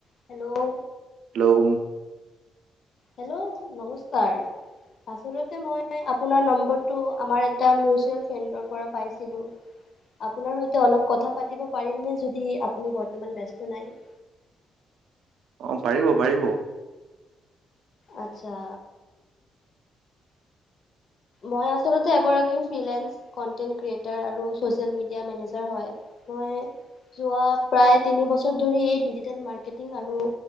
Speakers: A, on the left (about 45°); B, on the right (about 80°).
A: Hello
B: hello
A: hello নমস্কাৰ। আচলতে মই আপোনাৰ নাম্বাৰ টো আমাৰ এটা মিউজেল ফ্ৰেণ্ডৰ পৰা পাইচিলো। আপোনাৰ সৈতে অলপ কথা পাতিব পাৰিমনে যদি আপুনি বৰ্তমান ব্যস্ত নাই। <inaudible>
B: অ পাৰিব পাৰিব।
A: আত্চ্ছা। মই আচলতে এগৰাকি ফিইনেল কন্তেন ক্ৰিটাৰ আৰু চছিয়েল মিডিয়াৰ মেনেজাৰ হয়। মই যোৱা প্ৰায় তিনি বছৰ ধৰি এই ডিজি মাধ্যমৰ আৰু